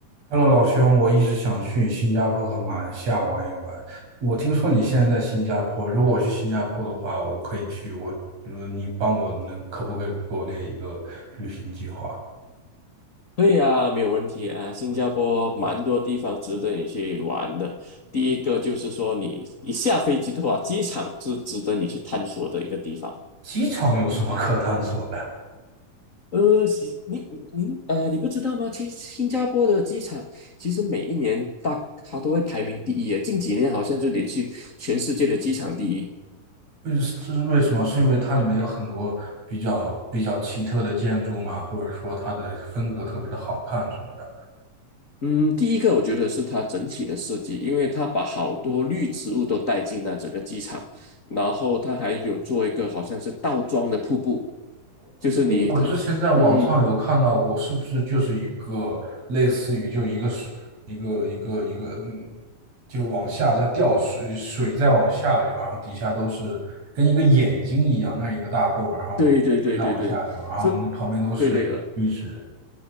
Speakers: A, on the right (about 50°); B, on the left (about 40°).
A: Hello，老兄，我一直想去新加坡和马来西亚玩一玩。我听说你现在在新加坡，如果我去新加坡的话，我可以去。我，呃，你帮我能可不可以给我列一个旅行计划？
B: 对呀，没有问题啊。新加坡蛮多地方值得你去玩的。第一个就是说，你你下飞机的话，机场是值得你去探索的一个地方。
A: 机场有什么可探索的？
B: 呃，其你你呃，你不知道吗？其实新加坡的机场，其实每一年大它都会排名第一耶。近几年好像就连续全世界的机场第一。
A: 为这是为什么？是因为它里面有很多比较比较奇特的建筑吗？或者说它的风格特别的好看什么的？
B: 嗯，第一个我觉得是它整体的设计，因为它把好多绿植物都带进了整个机场，然后它还有做一个好像是倒装的瀑布。就是你他，
A: 我之前在网上有看到过，
B: 嗯，
A: 是不是就是一个类似于就一个水一个一个一个，嗯，就往下在掉水，水在往下流，然后底下都是跟一个眼睛一样，那一个大洞，然后再往下流，
B: 对对对对对，
A: 然后那旁边都是绿植。
B: 是，对对呃